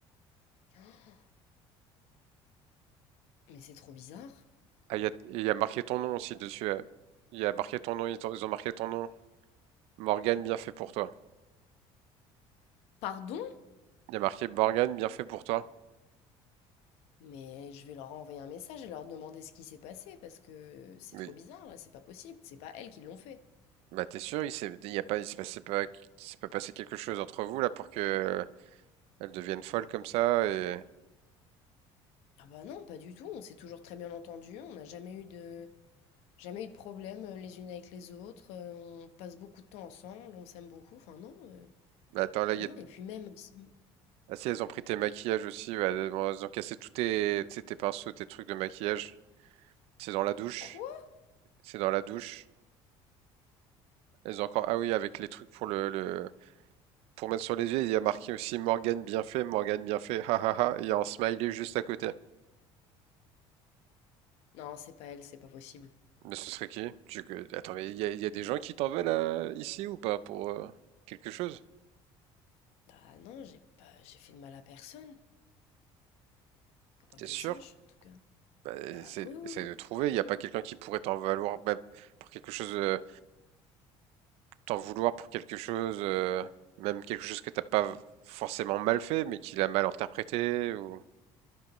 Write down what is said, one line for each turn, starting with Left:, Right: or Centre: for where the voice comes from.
Left: <gasps> Mais c'est trop bizarre.
Right: Ah, il y a, il y a marqué ton nom aussi dessus. ouais. Il y a marqué ton nom, ils t'ont- ils ont marqué ton nom. Morgane, bien fait pour toi.
Left: Pardon?
Right: Il y a marqué Morgane, bien fait pour toi.
Left: Mais je vais leur envoyer un message et leur demander ce qui s'est passé parce que c'est
Right: Mais
Left: trop bizarre là, c'est pas possible. C'est pas elles qui l'ont fait.
Right: bah t'es sûr, il s'est, il y a pas, il s'est passé pas, il s'est pas passé quelque chose entre vous là pour que Elles deviennent folles comme ça et
Left: Ah bah non, pas du tout. On s'est toujours très bien entendus. On n'a jamais eu de, jamais eu de problème euh, les unes avec les autres. euh, On passe beaucoup de temps ensemble. On s'aime beaucoup. Enfin non, euh,
Right: bah, attends là,
Left: non.
Right: il y a-
Left: Et puis même si-
Right: ah si elles ont pris tes maquillages aussi, bah, elles ont elles ont cassé tous tes, tu sais, tes pinceaux, tes trucs de maquillage. C'est dans la douche,
Left: quoi?
Right: c'est dans la douche. Elles ont encore ah oui avec les trucs pour le, le- pour mettre sur les yeux, il y a marqué aussi Morgane bien fait, Morgane bien fait, ha ha ha. et Il y a un smiley juste à côté.
Left: Non, c'est pas elle, c'est pas possible.
Right: Mais ce serait qui? Tu- Attends mais il y a, il y a des gens qui t'en veulent euh, ici ou pas pour euh, quelque chose?
Left: Bah non, j'ai pas j'ai fait de mal à personne, à pas
Right: T'es
Left: que
Right: sûr?
Left: je sache en tout cas.
Right: Bah, essaie,
Left: Ah Bah oui oui.
Right: essaie de trouver. Il n'y a pas quelqu'un qui pourrait t'en valoir bah, pour quelque chose. euh, t'en vouloir pour quelque chose, euh, même quelque chose que t'as pas forcément mal fait, mais qu'il a mal interprété ou.